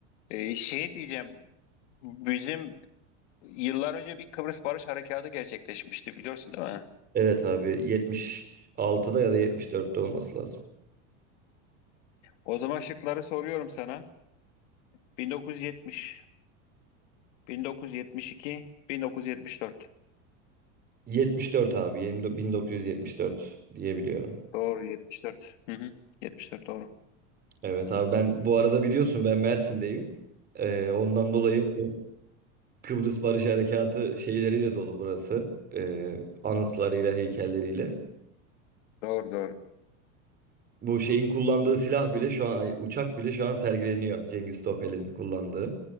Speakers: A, on the left (about 65°); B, on the right (about 25°).
A: Ee, şey diyeceğim. Bizim yıllar önce bir Kıbrıs Barış Harekatı gerçekleşmişti biliyorsun değil mi?
B: Evet abi 76'da ya da 74'te olması lazım.
A: O zaman şıkları soruyorum sana. 1970, 1972, 1974.
B: 74 abi 20 1974 diyebiliyorum.
A: Doğru 74. Hı hı. 74 doğru.
B: Evet abi ben bu arada biliyorsun ben Mersin'deyim. Ee, ondan dolayı bu Kıbrıs Barış Harekatı şeyleriyle dolu burası. Ee, anıtlarıyla, heykelleriyle.
A: Doğru doğru.
B: Bu şeyin kullandığı silah bile şu an ay, uçak bile şu an sergileniyor. Cengiz Topel'in kullandığı.